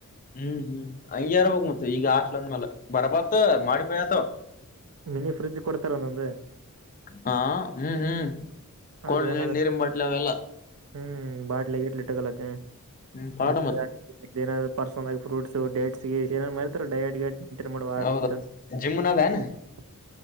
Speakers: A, on the left; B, on the right.
A: ಹ್ಮ್, ಹ್ಮ್ ಹಂಗೇಇರ್ಬೇಕು ಮತ್ತೇ ಈಗ ಹಾಸ್ಟೆಲ್ ಅಂದ್ಮೇಲೆ. ಬರಬರತ ಮಾಡಿಪೈಆತವ
B: ಮಿನಿ ಫ್ರಿಜ್ ಕೊಡ್ತಾರ ಒಂದೊಂದು
A: ಹಾ ಹ್ಮ್ ಹ್ಮ್. ಕೋಲ್ಡ್
B: ಅಲ್ಲಿ ಏನಾದ್ರು
A: ನೀರ್ ನೀರಿನ್ ಬಾಟ್ಲಿ ಅವೆಲ್ಲ
B: ಹ್ಮ್ ಬಾಟ್ಲಿ ಗೀಟ್ಲಿ ಇಟ್ಕೊಳ್ಳಕ್ಕ.
A: ಹ್ಮ್ ಪಾಡ
B: ಮತ್ತೆ ಏನಾದರು ಪರ್ಸನಲ್ ಆಗಿ ಫ್ರೂಟ್ಸ್ ಡೇಟ್ಸ್ ಗೀಟ್ಸ್ ಏನೇನ್ನ ಹೇಳ್ತರ ಡಯಟ್ ಗಿಯೇಟ್. <unintelligible>
A: ಹೌದಾ ಜಿಮ್ನ ಅದೇನ